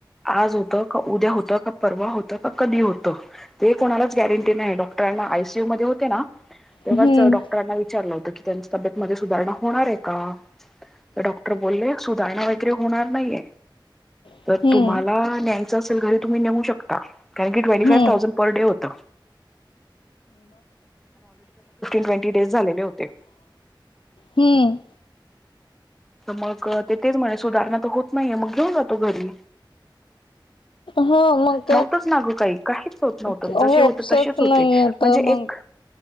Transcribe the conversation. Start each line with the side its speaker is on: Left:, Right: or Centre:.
Centre: आज होत का उद्या होत का पारवा होत का कधी होत ते कोणालाच गॅरंटी नाही डॉक्टरांना आय सी यू मध्ये होते ना तेव्हाच
Left: हम्म
Centre: डॉक्टर ना विचारल होत त्यांची तब्येत मध्येच. सुधारणा होणार आहे का? तर डॉक्टर बोलले सुधारणा सुधारणा होणार नाहीय
Left: हम्म
Centre: जर तुम्हाला न्यायच असेल घरी तुम्ही नेऊ शकता. कारण की twenty five
Left: hmm
Centre: thousand per day होत. ट्वेंटी डेज झालेले होते
Left: हम्म
Centre: मग ते तेच म्हणे सुधारणा तर होत नाहीये मग घेऊन जातो घरी.
Left: हो मग.
Centre: नव्हतच ना ग काही काहीच होत नव्हत
Left: होपसच
Centre: जसे होते तसेच
Left: नाहीय
Centre: होते
Left: तर
Centre: म्हणजे
Left: मग
Centre: एक